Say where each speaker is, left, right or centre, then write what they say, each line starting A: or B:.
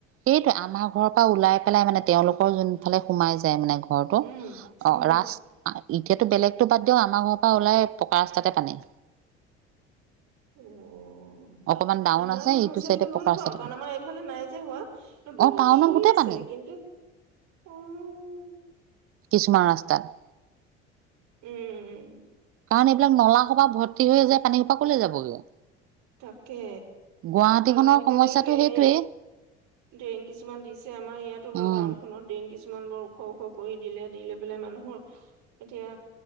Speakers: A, on the right; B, on the right.
A: সেইটোৱে আমাৰ ঘৰৰ পৰা ওলাই পেলাই মানে, তেওঁলোকৰ যোনফালে সোমাই যায় মানে। ঘৰটো অ',
B: উম উম
A: ৰাচ এতিয়াতো বেলেগ টো, বাদ দিয়ক আমাৰ ঘৰৰ পৰা ওলাই পকা ৰাস্তাতে পানী।
B: উৱ
A: অকমান ডাউন
B: ইমান
A: আছে
B: হৈছে
A: ইটো চাইডে
B: বুলি গম
A: পকা
B: নাপাওঁ,
A: ৰাস্তাতে
B: কাৰণ
A: পানী
B: আমাৰ এইফালে নাই যে, হোৱা বৰষুণ
A: অ টাউনত
B: পৰি
A: গোটেই
B: আছে
A: পানী
B: কিন্তু অ'
A: কিছুমান ৰাস্তাত।
B: উম।
A: কাৰণ এইবিলাক নলা সোপা ভৰ্তি হৈয়ে যায়, পানী সোপা ক'লে যাবগে?
B: তাকে,
A: গুৱাহাটীখনৰ
B: আৰু আজিকালি
A: সমস্যাটো
B: সেই
A: সেইটোৱেই
B: ড্ৰেইন কিছুমান দিছে, আমাৰ ইয়াতো বাৰু
A: উম
B: টাউনখনত ড্ৰেইন কিছু কিমান বৰ ওখ ওখ কৰি দিলে। দিলৈ পেলাই মানুহৰ এতিয়া